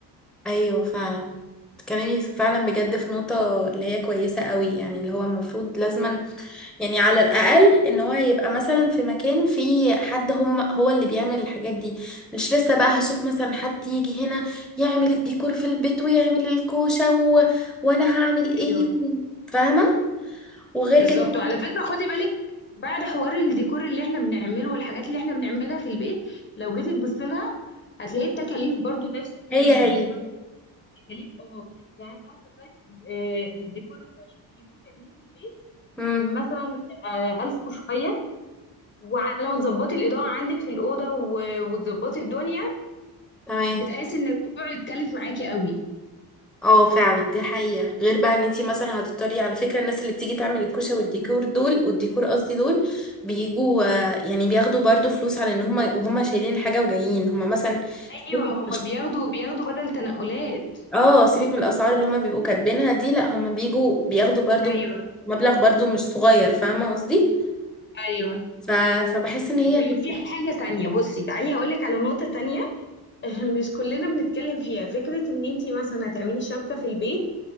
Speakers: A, in the centre; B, on the left.
A: ايوه فعلا تكلمي فعلا بجد في نقطة اللي هي كويسة قوي يعني اللي هو المفروض لازما يعني على الأقل ان هو يبقى مثلا في مكان فيه حد هم هو اللي بيعمل الحاجات دي مش لسه بقى هشوف مثلا حد يجي هنا يعمل الديكور في البيت ويعمل الكوشة و... وانا هعمل
B: ايوه
A: ايه و- فاهمة وغير
B: بالظبط
A: كده
B: وعلى فكره خدي بالك بعد حوار الديكور اللي احنا بنعمله والحاجات اللي احنا بنعملها في البيت لو جيتي تبصي لها هتلاقي التكاليف برضو نفس الكلام
A: هي هي
B: يعني برضو تكاليف اه يعني انا ملاحظه دلوقتي آه، الديكور مثلا عشان تجيبيه وتعمليه في البيت
A: امم
B: مثلا آه، ألف وشويه وعلى ما تظبطي الاضاءه عندك في الاوضه و- وتظبطي الدنيا
A: تمام
B: بتحسي ان الموضوع يتكلف معاكي قوي
A: اه فعلا دي حقيقة غير بقى ان انتي مثلا هتضطري على فكرة الناس اللي بتيجي تعمل الكوشة والديكور دول والديكور قصدي دول بيجوا آه، يعني بياخدوا برضو فلوس على ان هم وهم شايلين الحاجة وجايين هم مثلا سيبك-
B: ايوه ما هم بياخدوا بياخدوا بدل تنقلات
A: اه سيبك من الاسعار اللي هم بيبقوا كاتبينها دي لا هم بيجوا بياخدوا برضو
B: ايوه
A: م- مبلغ برضو مش صغير فاهمة قصدي
B: ايوه
A: ف... فبحس ان هي
B: وفي
A: هي
B: حاجة تانية بصي تعالي هقولك على نقطة تانية <laughs> مش كلنا بنتكلم فيها فكرة ان انتي مثلا هتعملي شبكة في البيت